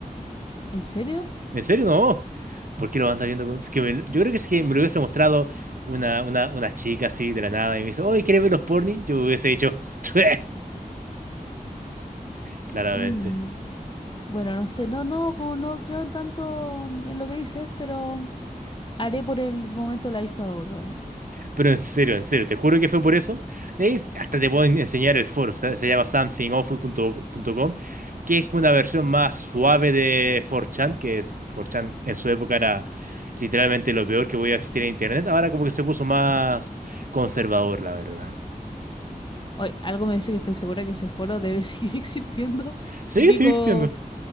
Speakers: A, on the left; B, on the right.
A: ¿En serio?
B: ¿En serio? No. ¿Por qué lo van a estar viendo? con- Es que me- yo creo que es que me lo hubiese mostrado una, una, una chica así de la nada y me dice, oye, ¿quieres ver los porni? Yo hubiese dicho, "Chue", claramente.
A: Mm, bueno, no sé, no, no, como no creo en tanto en lo que dices, pero haré por el momento la vista gorda.
B: Pero en serio, en serio, te juro que fue por eso. De ahí hasta te puedo en- enseñar el foro, se, se llama somethingawful punto com, que es como una versión más suave de 4chan, que 4chan en su época era literalmente lo peor que podía existir en internet. Ahora como que se puso más conservador, la verdad.
A: Hoy, algo me dice que estoy segura que ese foro debe <laughs> seguir existiendo.
B: Sigue,
A: Típico.
B: sigue existiendo.